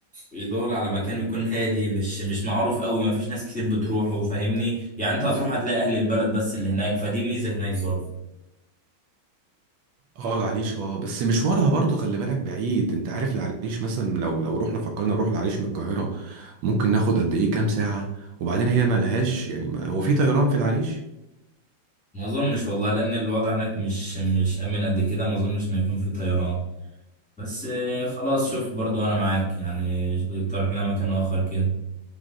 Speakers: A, in the centre; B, on the right.
A: يدور على مكان يكون هادي مش مش معروف قوي ما فيش ناس كتير بتروحه فاهمني يعني انت هتروح هتلاقي اهل البلد بس اللي هناك فدي ميزه هناك برضه
B: اه العريش اه بس مشوارها برضو خلي بالك بعيد انت عارف العريش مثلا لو لو رحنا فكرنا نروح العريش من القاهرة ممكن ناخد قد ايه كام ساعة وبعدين هي ما لهاش يعني ما هو في طيران في العريش
A: ما اظنش والله لان الوضع هناك مش مش امن قد كده ما اظنش ان يكون في طيران بس آه، خلاص شوف برضو انا معاك يعني اقترح لنا مكان اخر كده